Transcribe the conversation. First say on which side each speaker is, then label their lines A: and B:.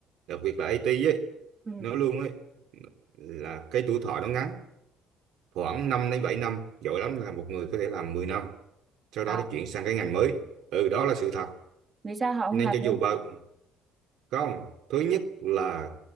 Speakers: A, on the right; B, on the right.
A: đặc biệt là IT ấy
B: ừ
A: nó luôn ấy là cái tuổi thọ nó ngắn khoảng năm đến bảy năm giỏi lắm là một người có thể làm mười năm sau đó
B: à
A: thì chuyển sang cái ngành mới ừ đó là sự thật
B: vì sao họ
A: nên
B: không làm
A: cho
B: luôn
A: dù bận không thứ nhất là